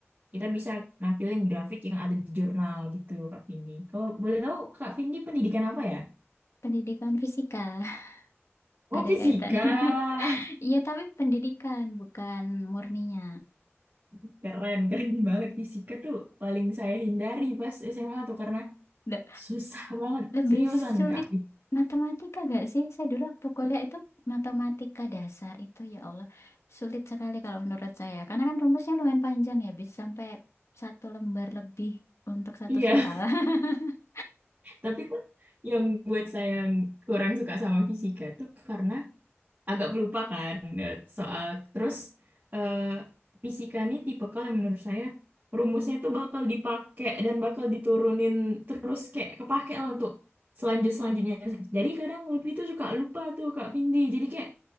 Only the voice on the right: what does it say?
kita bisa nampilin grafik yang ada di jurnal gitu Kak Vindi. Kalau boleh tahu Kak Vindi pendidikan apa ya?
Oh
fisika,
<laughs> keren keren banget fisika tuh paling saya hindari pas SMA tuh karena
susah banget
seriusan
Kak.
Iya.
Tapi tuh yang buat saya kurang suka sama fisika tuh karena agak pelupakan ya, soal terus eh, fisika nih tipikal yang menurut saya rumusnya tuh bakal dipakai dan bakal diturunin terus kayak kepake lah untuk selanjut selanjutnya. Jadi kadang Lutfi tuh suka lupa tuh Kak Vindi. Jadi kayak,